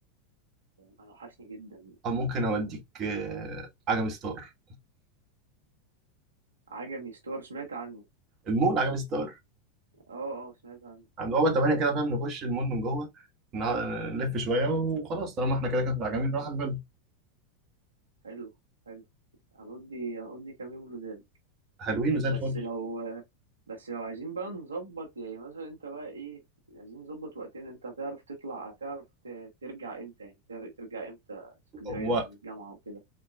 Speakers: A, on the right; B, on the right.
A: انا وحشني جدا
B: او ممكن اوديك آه، عجمي ستار
A: عجمي ستور سمعت عنه
B: المول عجمي ستار
A: اه اه سمعت عنه
B: عند بابا 8 كده فاهم نخش المول من جوه نع- نلف
A: مم.
B: شويه وخلاص طالما احنا كده كده راجعين نروح على الفيلا
A: حلو حلو هنقضي هنقضي كام يوم لزاز
B: حلوين وزي
A: بس
B: الفل
A: لو بس لو عايزين بقى نظبط يعني مثلا انت بقى ايه عايزين نظبط وقتين انت هتعرف تطلع هتعرف ت- ترجع امتى يعني تر- ترجع امتى اسكندرية
B: و...
A: عشان الجامعة وكده